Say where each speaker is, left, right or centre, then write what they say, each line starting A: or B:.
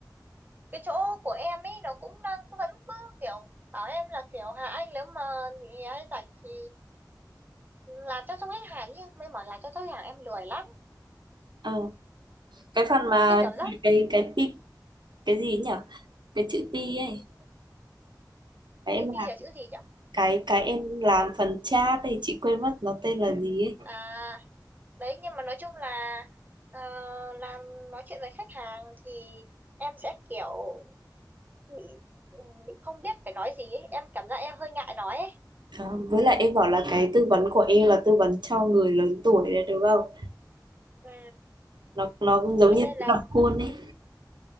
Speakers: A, on the right; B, on the right.
A: cái chỗ của em ấy nó cũng đang cứ- vẫn cứ kiểu bảo em là kiểu Hà Anh nếu mà nghỉ hay rảnh thì làm chăm sóc khách hàng nhưng mới bảo làm chăm sóc khách hàng em lười lắm
B: Ờ, cái phần mà
A: cái cảm giác
B: cái cái pi cái gì nhỉ cái chữ pi ấy cái
A: chữ
B: em
A: bi là chữ gì nhỉ
B: cái cái em làm phần chat thì chị quên mất nó tên là gì ấy
A: à đấy nhưng mà nói chung là ờ, làm nói chuyện với khách hàng thì em sẽ kiểu bị ừ, bị không biết phải nói gì ấy em cảm giác em hơi ngại nói ấy
B: Đó, với lại em bảo là cái tư vấn của em là tư vấn cho người lớn tuổi đấy đúng không
A: ừ
B: nó nó cũng giống
A: thế
B: như
A: nên là
B: nó dập khuôn ấy